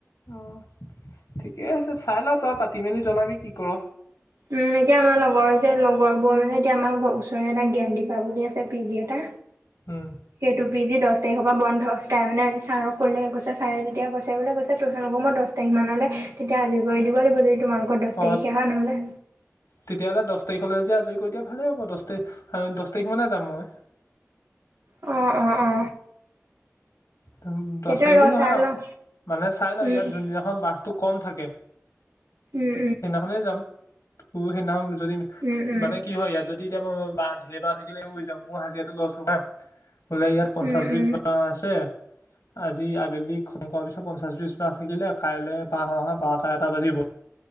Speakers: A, on the left (about 85°); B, on the right (about 75°).
A: অ', ঠিকে আছে চাই লঃ তই পাতি মেলি জনাবি কি কৰ।
B: উম, এতিয়া আমাৰ লগৰ যে লগৰবোৰ মানে এতিয়া আমাৰ ওচৰৰে এটা জ্ঞানদিবা বুলি আছে পি জি এটা।
A: উম
B: সেইটো পিজি দহ তাৰিখৰ পৰা বন্ধ। তাই মানে আজি ছাৰক ক'লে গৈছে ছাৰে তেতিয়া গছে বো কৈছে টোৰ হেনো মই দছ তাৰিখমানলে তেতিয়া আজি কৰি দিব লাগিব যদি তোমালোকৰ দহ
A: অ
B: তাৰিখে হয় নহ'লে।
A: তেতিয়াহ'লে দহ তাৰিখলৈ যে আজৰি কৰি দতিয়া ভালেই হ'ব দহ তাৰিখ দহ তাৰিখ মানে যাম মই।
B: অ', অ', অ'।
A: দহ
B: সেইটোৱে
A: তাৰিখ
B: ৰ
A: বুলি নহয়
B: চাই
A: আৰু
B: লওঁ
A: মানুে চাই লওঁ
B: উম
A: ইয়াত যোনদিনাখন বহটো কম থাকে।
B: উম
A: সেইদিনাখনে যাম, তোৰু সেইদিনাখন যদি
B: উম উম
A: মানে কি হয় ইয়াত যদি এতিয়া মই বাঁহ, ঢেৰ বাঁহ থাকিলে বুজ যাম ময়ো হাজিৰাটো লছ নহয়। বোলে ইয়াত পঞ্চাশ
B: উম উম উম উম উম
A: বিধ বাঁহ আছে আজি আবেলি খং কৰাৰ পিছত পঞ্চাশ পিচ বাহ থাকিলে কাইলৈ বাহ অহা বাৰটা এটা বাজিব।